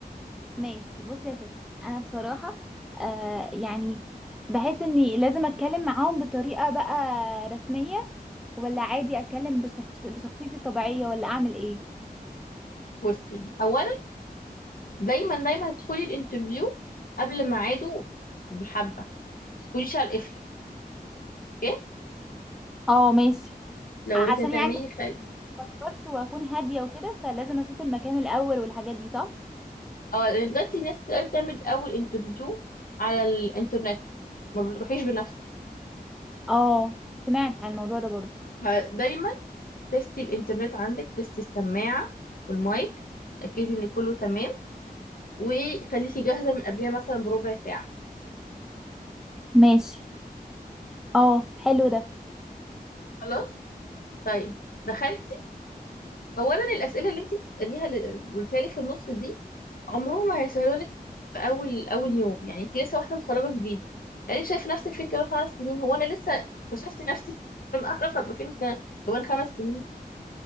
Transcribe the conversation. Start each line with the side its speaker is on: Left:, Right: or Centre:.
Centre: ماشي بصي يا ستي انا بصراحه آه يعني بحس اني لازم اتكلم معاهم بطريقه بقى رسميه ولا عادي اتكلم بشخص بشخصيتي الطبيعيه ولا اعمل ايه
Left: بصي اولا دايما دايما ادخلي الانترفيو قبل ميعاده بحبه ما تدخليش على القفله اوكي
Centre: اه ماشي
Left: لو
Centre: عشان
Left: عايزه تعملي
Centre: يعني ما
Left: خ...
Centre: اكبرش واكون هاديه وكده فلازم اشوف المكان الاول والحاجات دي صح
Left: اه دلوقتي ناس كتير قوي بتعمل اول انترفيو على الانترنت ما بتروحيش بنفسك
Centre: اه سمعت عن الموضوع ده برضه
Left: فدايما تستي الانترنت عندك تستي السماعه والمايك اكيد ان كله تمام وخليكي جاهزه من قبلها مثلا بربع ساعه
Centre: ماشي اه حلو ده
Left: خلاص طيب دخلتي اولا الاسئله اللي انت بتساليها اللي قلتيها لي في النص دي عمرهم ما هيسهلوا لك في اول اول يوم يعني انت لسه واحده متخرجه جديد يعني شايف نفسك فين كمان خمس سنين هو انا لسه اكتشفت نفسي <laughs> انا اعرف ابقى فين كمان خمس سنين